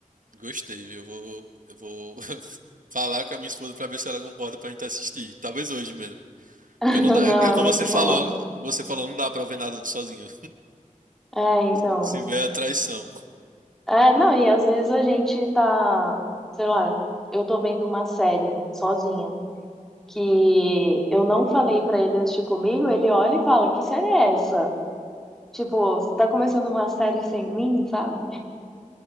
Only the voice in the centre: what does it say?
<laughs>
Não,
é
muito
boa.
É, então.
É, não, e às vezes a gente tá, sei lá, eu tô vendo uma série sozinha que eu não falei pra ele assistir comigo, ele olha e fala, que série é essa? Tipo, você tá começando uma série sem mim, sabe?